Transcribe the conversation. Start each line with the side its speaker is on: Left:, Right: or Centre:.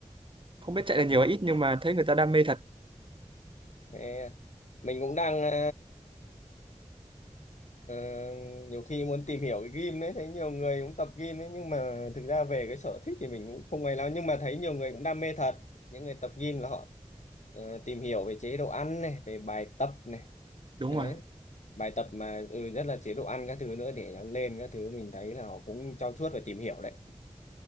Right: không biết chạy là nhiều hay ít nhưng mà thấy người ta đam mê thật
Left: Thế mình cũng đang ờ, ờ, nhiều khi muốn tìm hiểu cái gym đấy thấy nhiều người cũng tập gym đấy nhưng mà thực ra về cái sở thích thì mình cũng không ấy lắm nhưng mà thấy nhiều người cũng đam mê thật những người tập gym là họ ờ, tìm hiểu về chế độ ăn này về bài tập này
Right: đúng
Left: đấy
Right: rồi
Left: bài tập mà ừ, rất là chế độ ăn các thứ nữa để nó lên các thứ mình thấy là họ cũng trau chuốt và tìm hiểu đấy